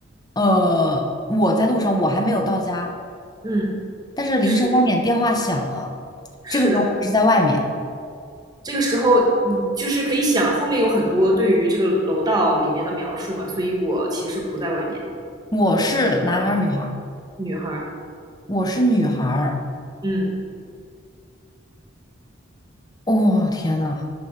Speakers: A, on the left (about 20°); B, on the right (about 20°).
A: 呃，我在路上，我还没有到家，
B: 嗯，
A: 但是凌晨三点电话响了，
B: 是的，是的。
A: 这个时候我是在外面，
B: 这个时候，你就是可以想后面有很多对于这个楼道里面的描述嘛，所以我其实不在外面，
A: 我是男孩儿女孩儿？
B: 女孩儿，
A: 我是女孩儿。
B: 嗯。
A: 哦，天呐，